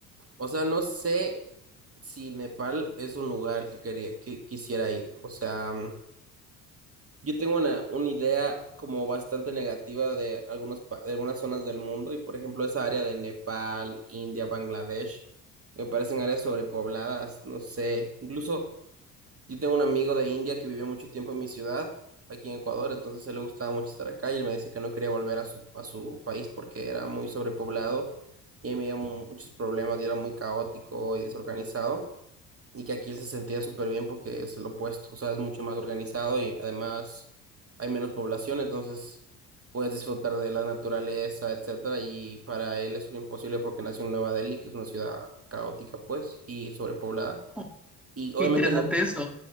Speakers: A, on the right; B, in the centre.
A: O sea, no sé si Nepal es un lugar que, quería, que quisiera ir. O sea... Yo tengo una, una idea como bastante negativa de, algunos, pa- de algunas zonas del mundo y por ejemplo esa área de Nepal, India, Bangladesh, me parecen áreas sobrepobladas, no sé, incluso yo tengo un amigo de India que vivió mucho tiempo en mi ciudad, aquí en Ecuador, entonces a él le gustaba mucho estar acá y él me dice que no quería volver a su, a su país porque era muy sobrepoblado y ahí me había mu- muchos problemas y era muy caótico y desorganizado y que aquí él se sentía súper bien porque es el opuesto, o sea, es mucho más organizado y además hay menos población, entonces puedes disfrutar de la naturaleza, etcétera, y para él eso era imposible porque nació en Nueva Delhi, que es una ciudad caótica, pues, y sobrepoblada.
B: Oh,
A: Y obviamente
B: qué interesante
A: Ne-
B: eso,